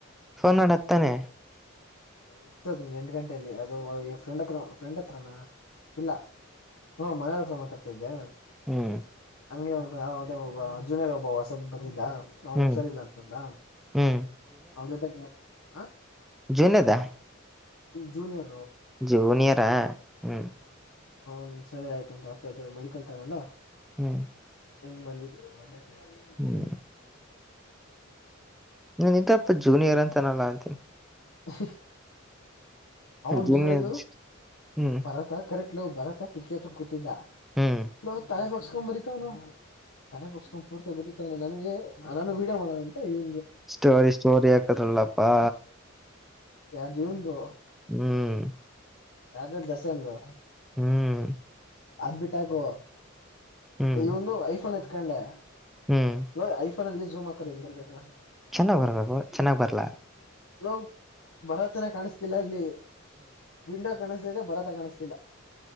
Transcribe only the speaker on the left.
ಎಷ್ಟದ್ ಎಂಟ ಗಂಟೆಯಲ್ಲಿ ಅದು ಫ್ರೆಂಡ್ ಹತ್ರ ಫ್ರೆಂಡ್ ಹತ್ರನಾ ಇಲ್ಲ ಹಾ ಮನೆಯ್ ಹತ್ರ ಮಾತಾಡ್ತಾ ಇದಿದ್ದೆ
ಹಂಗಗೆ ಒ ಒಬ್ಬ ಜೂನಿಯರ್ ಹೊಸ ಒಬ್ಬವ ಸ್ವ ಬಂದಿದ್ದ ನಂಗ
ಹುಷಾರಿಲ್ಲ ಅಂತಂದ
ಅವನ ಜೊತೆಗೆ ಆ
ಜುನಿಯರ್
ಹನ್ ಸರಿ ಆಯ್ತುಂತಸ ಮೆಡಿಕಲ್ ತಗೊಂಡ
ಹೆಂಗ್ ಬಂದಿದ ಅದನ
<inaudible> ಅವನ್
ಜುಲ್ಲೆದು
ಬರತ್ತ ಕರೆಕ್ಟ್ ಇವು ಬರತ್ತ ಕಿಟಕಿ ಹತ್ರ ಕೂತಿದ್ದ
ನವು ತಳೆ ಪಗ್ಸ್ಕೊ ಬರೀತವ ನಾವವು ತಲೆ ಬಗಸ್ಕೊಂಡ್ ಪೂರ್ತಿ ಬರತವೆ ನನ್ಗೆ ನಾನು ಬೀಡ ಮಾಡೋಣ ಅಂತ ಇವ
ಯಾರ ಜೀವಂದು
ಯ್ದ ದಸೆಂದು
ಅದ್ ಬಿಟ್ಟಾಕುವ
ಈ ಒಂದು ಐಫೋನ್ ಎತ್ಕೊಂಡೆ
ಲೋ ಅಲ್ಲಿ ಜಝಮ್ಕರ್ ಹಂಗ್ ಬರ್ಬೇಕಣಾ
ನಾವು ಭರತನ ಕಾಣಿಸ್ತಿಲ್ಲ ಅಲ್ಲಿ ವಿಂಡೋ ಕಾಣಿಸ್ತದೆ ಭರತ ಕಾಣಿಸ್ತಿಲ್ಲ